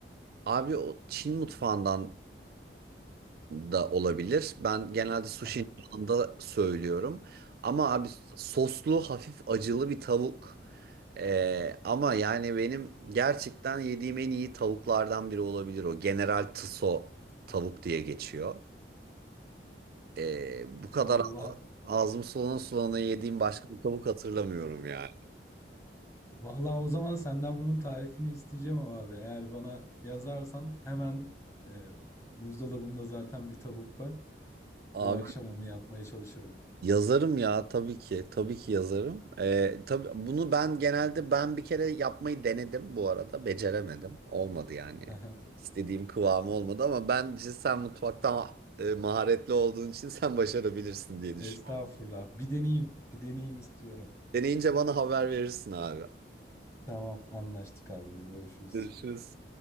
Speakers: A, on the right (about 55°); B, on the left (about 15°).
A: abi o Çin mutfağından da olabilir. Ben genelde sushi'nin
B: <laughs>
A: yanında söylüyorum. Ama abi soslu hafif acılı bir tavuk. Ee, ama yani benim gerçekten yediğim en iyi tavuklardan biri olabilir o. General Tso tavuk diye geçiyor. Ee, bu kadar
B: Vallahi
A: ağzım sulana sulana yediğim başka bir tavuk hatırlamıyorum yani.
B: vallahi o zaman senden bunun tarifini isteyeceğim ama abi. Eğer bana yazarsan hemen e, buzdolabımda zaten bir tavuk var.
A: Abi
B: Bu akşam onu yapmaya çalışırım.
A: Yazarım ya tabii ki tabii ki yazarım. Ee, tabii bunu ben genelde ben bir kere yapmayı denedim bu arada beceremedim. Olmadı yani.
B: <laughs>
A: İstediğim kıvamı olmadı ama bence sen mutfaktan ah, e, maharetli olduğun için sen başarabilirsin diye düşünüyorum.
B: Estağfurullah. Bir deneyeyim. Bir deneyeyim istiyorum.
A: Deneyince bana haber verirsin abi.
B: Tamam anlaştık abicim. Görüşürüz.
A: Görüşürüz.